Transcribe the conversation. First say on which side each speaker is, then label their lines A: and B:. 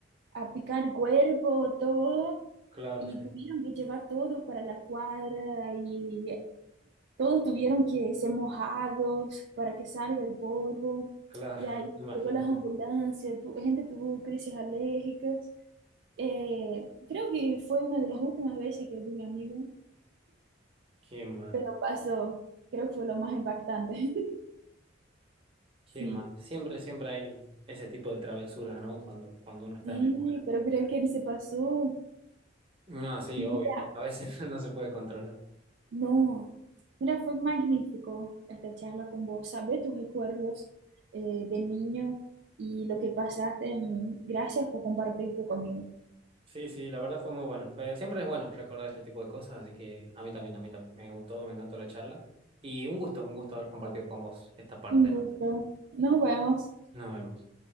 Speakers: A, on the right (about 60°); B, on the right (about 30°).
A: a picar cuerpo, todo,
B: Claro,
A: y
B: sí,
A: tuvieron
B: sí.
A: que llevar todos para la cuadra y todos tuvieron que ser mojados para que salga el polvo.
B: claro,
A: Y ahí
B: <laughs> me imagino.
A: llegó las ambulancias, tu- gente tuvo crisis alérgicas. Eh, creo que fue una de las últimas veces que vi a mi amigo,
B: Qué mal,
A: pero pasó, creo que fue lo más impactante.
B: qué
A: <laughs> Sí.
B: mal. Siempre, siempre hay ese tipo de travesuras, ¿no? Cuando, cuando uno está
A: Sí,
B: en la escuela.
A: pero creo que él se pasó.
B: No, sí,
A: Mira,
B: obvio. A veces <laughs> no se puede controlar.
A: no. Mira, fue magnífico esta charla con vos. Sabés tus recuerdos eh, de niño y lo que pasaste. Gracias por compartir esto conmigo.
B: Sí, sí, la verdad fue muy bueno. Fue- siempre es bueno recordar este tipo de cosas, así que a mí también, a mí también. Me gustó, me encantó la charla. Y un gusto, un gusto haber compartido con vos esta parte,
A: Un gusto.
B: ¿no?
A: Nos vemos.
B: Nos vemos.